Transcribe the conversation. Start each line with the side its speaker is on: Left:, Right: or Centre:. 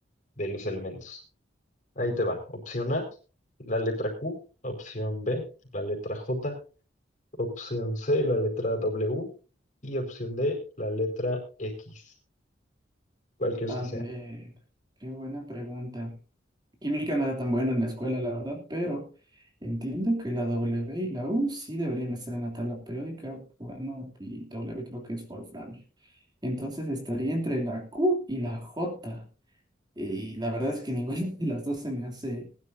Left: de los elementos? Ahí te va. Opción A, la letra Q. Opción B, la letra J. Opción C, la letra W. Y opción D, la letra X. ¿Cuál crees
Right: A
Left: que sea?
Right: ver, qué buena pregunta. Química no era tan buena en la escuela, la verdad, pero entiendo que la W y la U sí deberían estar en la tabla periódica. Bueno, y W creo que es wolframio. Entonces estaría entre la Q y la J. Y la verdad es que ninguna <laughs> de las dos se me hace